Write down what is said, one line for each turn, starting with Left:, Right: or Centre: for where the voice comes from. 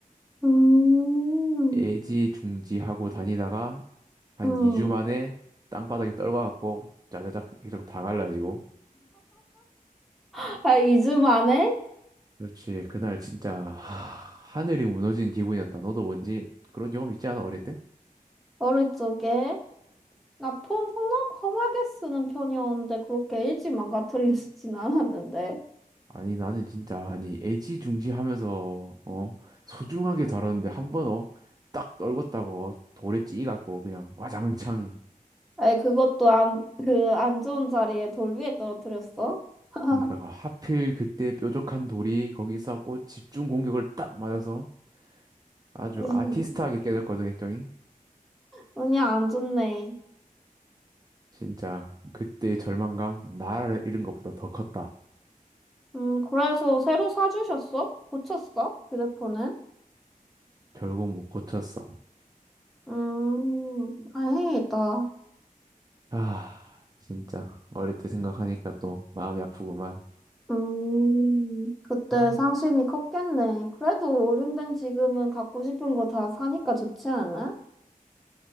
Centre: 음,
Right: 애지중지하고 다니다가 한
Centre: 음.
Right: 2주 만에 땅바닥에 떨궈갖고 짜자작 액정 다 갈라지고
Centre: <laughs> 아, 2주 만에?
Right: 그렇지 그날 진짜 하, 늘이 무너진 기분이었다 너도 뭔지 그런 경험 있지 않아 어릴 때?
Centre: 어릴 적에? 나 폰 험하, 험하게 쓰는 편이었는데 그렇게 일찍 망가뜨리진 <laughs> 않았는데.
Right: 아니 나는 진짜 아니 애지중지하면서 어 소중하게 다뤘는데 한번 어 딱 떨궜다고 돌에 찌갖고 그냥 와장창
Centre: 아니 그것도 안, 그 안 좋은 자리에 돌 위에 떨어뜨렸어? <laughs>
Right: 그러니까 그 하필 그때 뾰족한 돌이 거기 있갖고 집중 공격을 딱 맞아서 아주
Centre: 이흠.
Right: 아티스트하게 깨졌거든 액정이
Centre: 운이 안 좋네.
Right: 진짜 그때의 절망감 나라를 잃은 것보다 더 컸다.
Centre: 음, 그래서 새로 사주셨어? 고쳤어? 휴대폰은?
Right: 결국 못 고쳤어.
Centre: 음, 다행이다.
Right: 아, 진짜 어릴 때 생각하니까 또 마음이 아프구만.
Centre: 음, 그때
Right: 아,
Centre: 상심이 컸겠네. 그래도 어른된 지금은 갖고 싶은 거 다 사니까 좋지 않아?